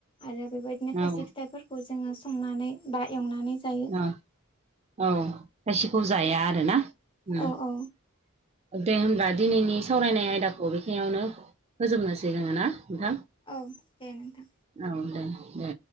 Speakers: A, on the left; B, on the right.
A: आरो बेबायदिनो
B: औ
A: खायसे फिथाइफोर खौ जोङो संनानै बा एवनानै जायो।
B: अ औ खायसेखौ जाया आरोना उम।
A: औ औ
B: दे होमबा दिनैनि सावरायनाय आयदाखौ बेखिनियावनो होजोबनोसै जोङो ना नोंथां?
A: औ दे नोंथां
B: औ दे दे